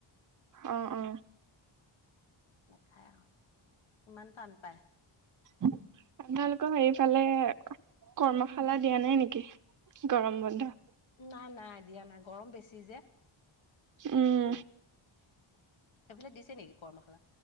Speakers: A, on the right; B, on the left.
A: অ অ
B: নাখায় আৰু ইমান টান পায়।
A: আপোনালোকক হেফালে কৰ্মশালা দিয়া নাই নেকি। গৰম বন্ধ।
B: নাই, নাই দিয়া নাই গৰম বেছি যে।
A: উম
B: সেইফালে দিছে নেকি কৰ্মাশালা।